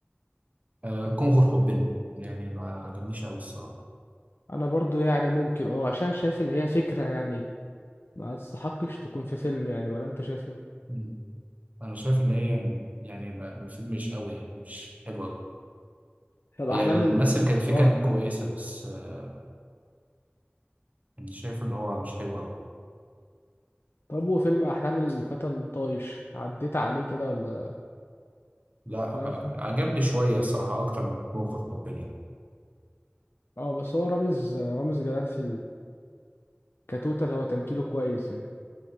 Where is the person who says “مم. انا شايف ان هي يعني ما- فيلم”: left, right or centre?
Right